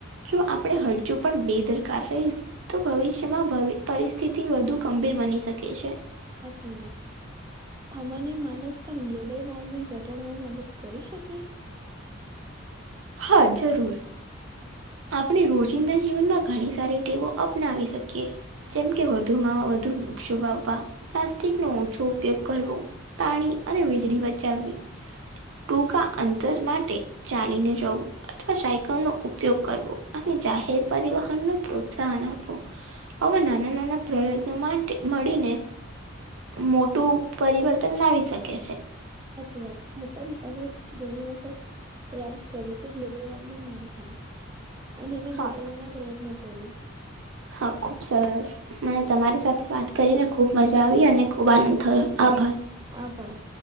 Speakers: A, on the right; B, on the right.
A: જો આપણેે હજુ પણ બેદરકાર રહીશ તો ભવિષ્યમાં ભ પરિસ્થિતિ વધુ ગંભીર બની શકે છે.
B: સાચી વાત શું સામાન્ય માનસ પણ ગ્લોબલ વોર્મિંગ ઘટાડવામાં મદદ કરી શકે
A: હા જરૂર આપણે રોજિંદા જીવનમાં ઘણી સારી ટેવો અપનાવી શકીએ. જેમ કે વધુમાં વધુ વૃક્ષો વાવવા પ્લાસ્ટિક નો ઓછો ઉપયોગ કરવો. પાણી અને વીજળી બચાવવી ટૂંકા અંતર માટે ચાલીને જવું અથવા સાયકલ નો ઉપયોગ કરવો અને જાહેર પરિવહન નું પ્રોત્સાહન આપવું આવા નાના નાના પ્રયત્નો માટે મળીને મોટું પરિવર્તન લાવી શકે છે.
B: સાચી વાત હું પણ હવે ઘણી વખત પ્રયાસ કરીશ કે ગ્લોબલ વોર્મિંગ ના થાય અને એને
A: હા.
B: ઘટાડવાના પ્રયત્નો કરીશ
A: હા ખુબ સરસ મને
B: હા
A: તમારી સાથે વાત કરીને ખૂબ મજા આવી અને ખૂબ આનંદ થયો આભાર
B: આભાર.